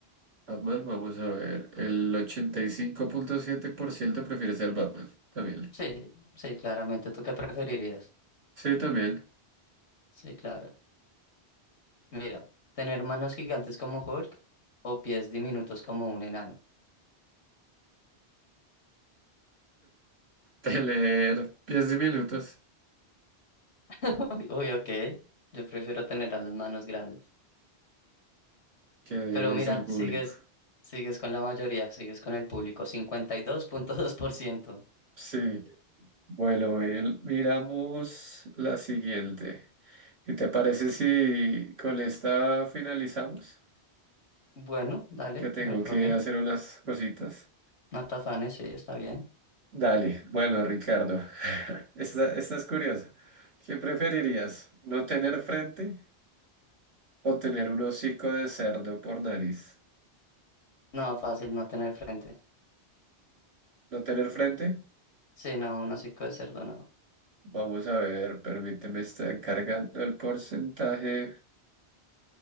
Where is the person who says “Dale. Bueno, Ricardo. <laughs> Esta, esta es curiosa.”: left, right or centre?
Right